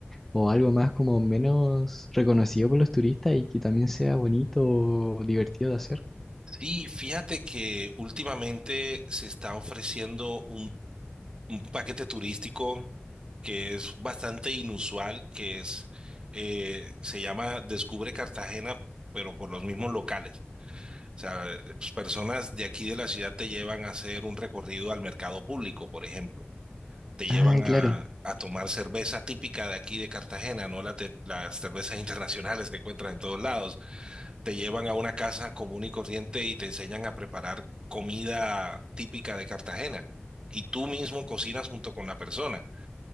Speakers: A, in the centre; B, on the right (about 25°).
A: o algo más como menos reconocido por los turistas y que también sea bonito o divertido de hacer.
B: sí fíjate que últimamente se está ofreciendo un un paquete turístico que es bastante inusual, que es, eh, se llama Descubre Cartagena, pero por los mismos locales. O sea, eh, pues, personas de aquí de la ciudad te llevan a hacer un recorrido al mercado público, por ejemplo. Te llevan
A: Ah,
B: a,
A: claro.
B: a tomar cerveza típica de aquí de Cartagena, no la te- las cervezas internacionales que encuentras en todos lados. Te llevan a una casa común y corriente y te enseñan a preparar comida típica de Cartagena. Y tú mismo cocinas junto con la persona.